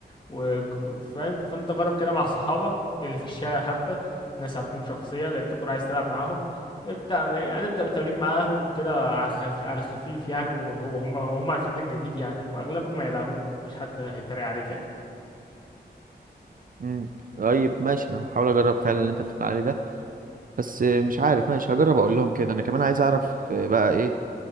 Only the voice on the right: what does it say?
أمم. طيب ماشي أنا هحاول أجرب فعلا اللي أنت بتقول عليه ده بس مش عارف ماشي هجرب أقول لهم كده أنا كمان عايز أعرف بقى إيه